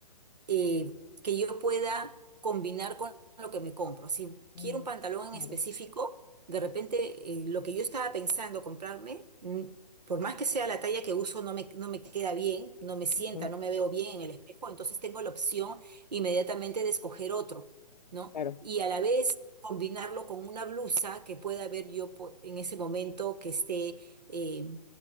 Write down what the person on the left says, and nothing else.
Mm,
Claro.
Ujú,
Claro.